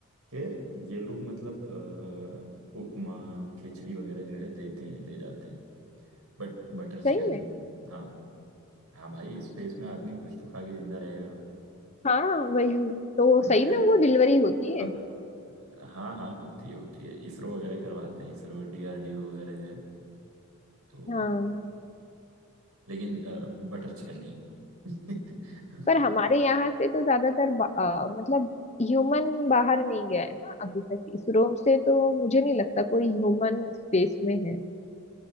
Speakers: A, on the right; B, on the left.
A: कि ये लोग मतलब अ, उपमा खिचड़ी वगैरह जो है देते हैं ले जाते हैं But butter chicken
B: सही में
A: हाँ हाँ भाई स्पेस में आदमी कुछ तो खा के जिंदा रहेगा
B: हाँ वही तो
A: <laughs>
B: सही में वो डिलीवरी होती
A: अब
B: है
A: हाँ हाँ होती है होती है इसरो वगैरह करवाते हैं इसरो डीआरडीओ वगैरह जो है तो
B: हाँ
A: लेकिन बटर चिकन नहीं <laughs>
B: पर हमारे यहाँ से तो ज्यादातर बा- अ, मतलब ह्यूमन बाहर नहीं गया है ना अभी तक इसरो से तो मुझे नहीं लगता कोई ह्यूमन स्पेस में है